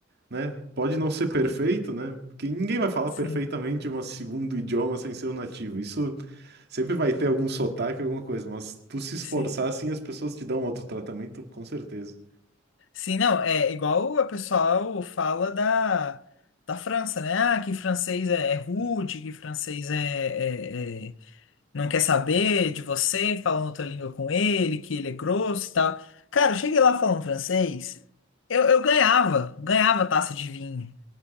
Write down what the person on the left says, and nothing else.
sim,
sim.
Sim, não, é igual o pessoal fala da, da França, né? Ah, que francês é, é rude, que francês é, é, é não quer saber de você, falando outra língua com ele, que ele é grosso e tal. Cara, eu cheguei lá falando francês, eu, eu ganhava, ganhava taça de vinho.